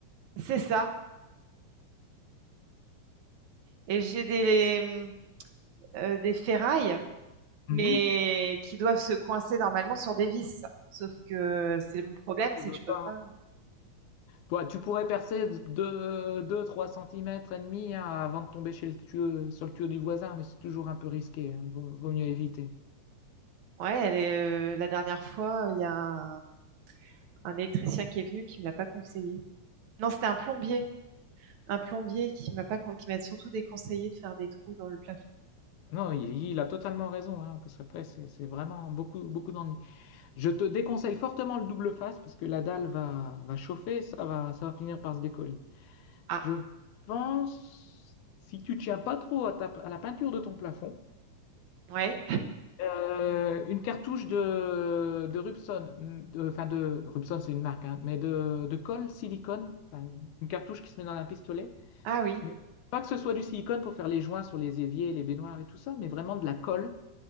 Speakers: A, on the right; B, on the left.
A: c'est ça. Et j'ai des, les, euh, des ferrailles, mais
B: Mhm.
A: qui doivent se coincer normalement sur des vis. Sauf que c'est mon problème,
B: Tu
A: c'est
B: veux
A: que je
B: pas.
A: peux pas.
B: Toi, tu pourrais percer deux, trois cm et demi hein, avant de tomber chez le tuyau, sur le tuyau du voisin, mais c'est toujours un peu risqué. hein. Vaut, vaut mieux éviter.
A: Ouais, elle est, euh, la dernière fois, il y a un, un électricien qui est venu qui me l'a pas conseillé. Non, c'était un plombier. un plombier qui m'a pas, con- qui m'a surtout déconseillé de faire des trous dans le plafond.
B: Non, il, il a totalement raison, hein, parce qu'après, c'est c'est vraiment beaucoup, beaucoup d'ennuis. Je te déconseille fortement le double face, parce que la dalle va, va chauffer, ça va, ça va finir par se décoller.
A: Ah,
B: Je pense, si tu tiens pas trop à, ta- à la peinture de ton plafond,
A: ouais.
B: Euh, une cartouche de, de Rubson, de- enfin de Rubson c'est une marque, hein, mais de, de colle silicone, enfin, une cartouche qui se met dans un pistolet,
A: Ah oui.
B: mais pas que ce soit du silicone pour faire les joints sur les éviers, les baignoires et tout ça, mais vraiment de la colle.